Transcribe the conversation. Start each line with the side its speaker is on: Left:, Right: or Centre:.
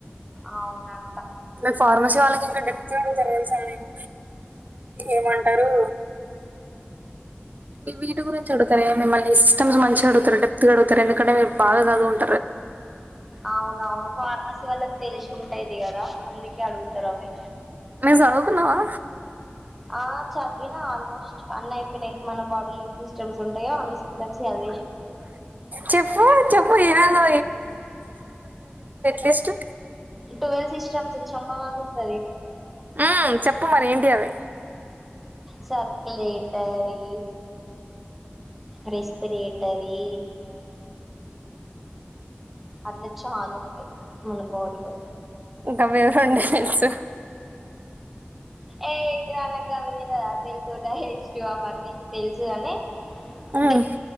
Centre: అవునం
Right: మరి ఫార్మసీ వాళ్ళకి ఏంటడి గడుతర దెల్సానెమో ఏమంటరు మీ వీటి గురించి అడుతార ఇగ మిమల్ని సిస్టమ్స్ మంచిగా అడుగు తరు డప్త్ అడుగుతరు ఎందుకంటే బాగ జదువుడు
Centre: అవునవును ఫార్మసీ వల్ల తెలిసి ఉంటది గద అందుకే అడుగుతారు అవి
Right: ని జదుకున్నవా
Centre: ఆ చద్వినా ఆల్మోస్ట్ అన్న అయిపోయినయి మన బాడీలు ఎన్ని సిస్టమ్స్ ఉంటాయో అన్ని సిస్టమ్స్ జదివేశి
Right: చెప్పు చెప్పు ఏవేదో లిస్టు
Centre: ట్వెల్ సిస్టమ్స్ చంబ వగుల్తది
Right: ఉమ్ చెప్పు మరి ఏంటి అవి
Centre: సర్కులేట్ టరీ రెస్పిరేటరీ అట్ల చాలుంటయ్ మన బాడీలో
Right: ఇంక మీరుండే దెల్సు
Centre: ఏటిదనక్ గవి దెల్వదా తెలుసున్న ఏస్టు అవన్నీ తెలుసు గని
Right: ఉమ్
Centre: డె ప్